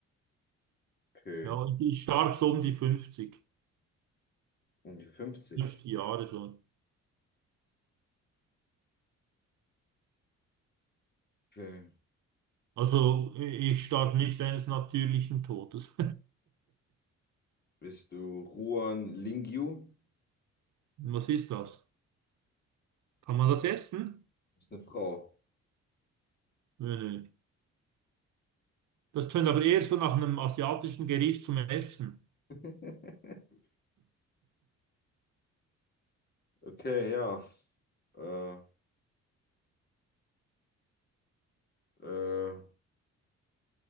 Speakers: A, on the left (about 35°); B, on the right (about 75°).
A: Okay.
B: Ja, ich, ich starb so um die 50,
A: Um die 50.
B: 50 Jahre schon.
A: Okay.
B: Also i- ich starb nicht eines natürlichen Todes.
A: Bist du Ruan Lingyu?
B: <laughs> Was ist das? Kann man das essen?
A: Ist eine Frau.
B: Nee, nee. Das tönt aber eher so nach einem asiatischen Gericht zum Essen.
A: <laughs> Okay, ja. Äh, äh,